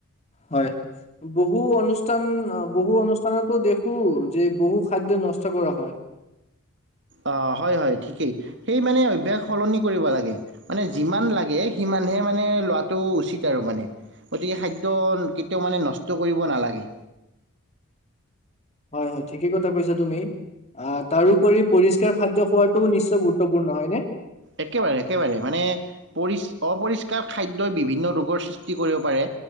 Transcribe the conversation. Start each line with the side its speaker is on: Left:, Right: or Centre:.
Left: হয় বহু অনুষ্ঠান বহু অনুষ্ঠানতো দেখো যে বহু খাদ্য নষ্ট কৰা হয়।
Right: অঁ হয়-হয় ঠিকেই, সেই মানে অভ্যাস সলনি কৰিব লাগে মানে যিমান লাগে সিমানহে মানে লোৱাটো উচিত আৰু মানে গতিকে খাদ্য কেতিয়াও মানে নষ্ট কৰিব নালাগে।
Left: হয় হয় ঠিকেই কথা কৈছা তুমি। আঁ তাৰোপৰি পৰিস্কাৰ খাদ্য খোৱাটোও নিশ্চয় গুৰুত্বপূৰ্ণ হয় নে?
Right: একেবাৰে একেবাৰে মানে পৰি অপৰিষ্কাৰ খাদ্যই বিভিন্ন ৰোগৰ সৃষ্টি কৰিব পাৰে,